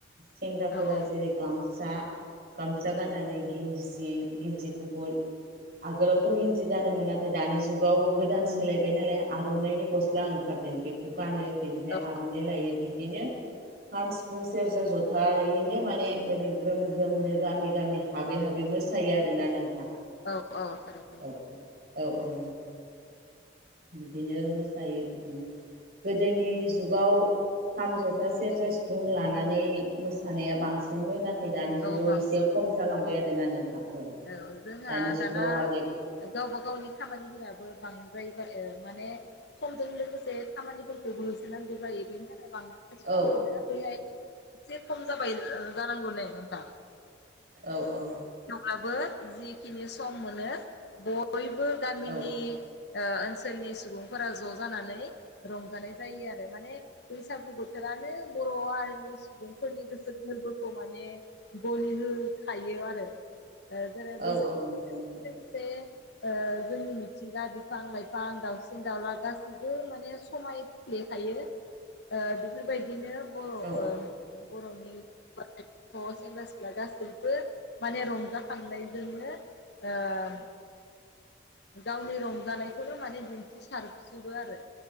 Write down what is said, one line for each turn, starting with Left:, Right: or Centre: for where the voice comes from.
Right: सेंग्राफोरा
Left: औ औ
Right: जेरै गामसा गामसा गाननानै गिन्जि गिन्जि गुफुर आगोलावथ गिन्जि गानोमोन नाथाय दानि जुगाव गोदान सोलायबाय नालाय आरनाइनि गस्ला ओंखारदों बेखौ गानो बेनिफ्राय
Left: औ
Right: आरनाइ लायो बि खाम, सिफुं, सेरजा, जथायैनो माने ओरै ग्रोम ग्रोमनो गामि गामि हाबै हाबै मोसायो आरोना नोंथां।
Left: औ औ थारैनो।
Right: औ औ औ। बिदिनोनो सायो बिदिनो गोदोनि जुगाव खाम जथा सेरजा सिफुं लानानै मोसानाया बांसिनमोन नाथ नाथाय दानि
Left: औ
Right: जुगाव
Left: बांसिन
Right: एसे खम जालांबाय आरो। आरो ना नोंथां।
Left: औ जोंहा
Right: दानि जुगाव
Left: दाना
Right: आरो
Left: गावबा गावनि खामानिफोराबो बांसिन <unintelligible> माने समजों लोगोसे खामानि थेवबो होसोनांगौ जायो बेनि थाखाय बांद्राय सम
Right: औ
Left: मोना बैहाय एसे खम जाबाय जानांगौ नै नोंथां।
Right: औ औ।
Left: अब्लाबो जिखिनि सम मोनो बयबो गामिनि
Right: औ
Left: ओ ओनसोलनि सुबुंफोरा ज' जानानै रंजानाय जायो आरो माने बैसागु बोथोरानो बर' हारिनि सुबुंफोरनि गोसो गोरबोखौ माने गलि होखायो आरो। ओ जेरै
Right: औ
Left: बैसा <unintelligible>
Right: औ नंगौ
Left: लोगोसे
Right: नोंथां
Left: ओ जोंनि मिथिंगा बिफां लाइफां दावसिन दाउला गासैबो माने समाय फ्लेखायो ओ बेफोरबायदिनो बर' ओ
Right: औ
Left: बर'ननि <unintelligible> सेंग्रा सिख्ला गासैबो माने रंजा खांलायजोंनो ओम गावनि रंजानायखौनो माने दिन्थि सारजोबो आरो।